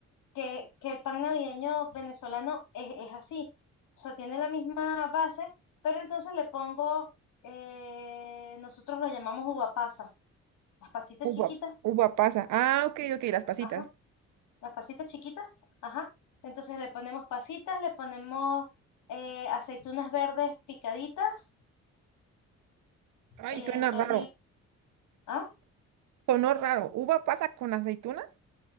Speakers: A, on the left; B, on the right.
A: que, que el pan navideño venezolano es, es así. O sea, tiene la misma base, pero entonces le pongo, eh, nosotros lo llamamos uva pasa, las pasitas
B: Uva,
A: chiquitas,
B: uva pasa. Ah, ok, ok, las pasitas.
A: ajá, las pasitas chiquitas, ajá. Entonces le ponemos pasitas, le ponemos eh, aceitunas verdes picaditas,
B: Ay,
A: eh,
B: suena
A: ento-
B: raro.
A: Ah,
B: Sonó raro. ¿Uva pasa con aceitunas?